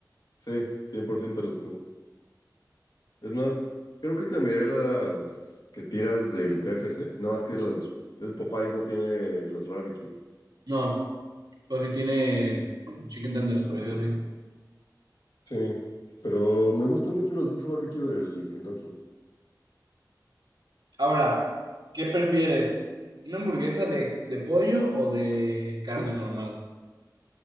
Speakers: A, on the left; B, on the right.
A: sí, 100% los que más. Es más, creo que cambiaré las que tiras del KFC. No, es que los, el Popeyes no tiene los barbecue.
B: No, pero sí tiene chicken tenders, por decirlo así.
A: Sí, pero me gusta mucho la salsa barbecue del Kentucky.
B: Ahora, ¿qué prefieres? ¿Una hamburguesa de, de pollo o de carne normal?